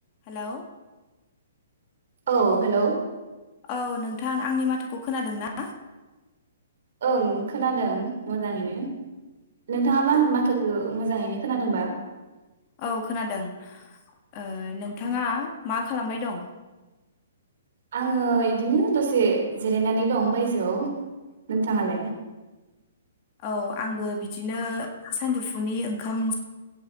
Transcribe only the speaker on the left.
hello
औ नोंथां आंनि माथोखौ खोनादों ना?
औ खोनादों ओ नोंथाङा मा खालामबाय दं?
औ आंबो बिदिनो सानजौफुनि ओंखाम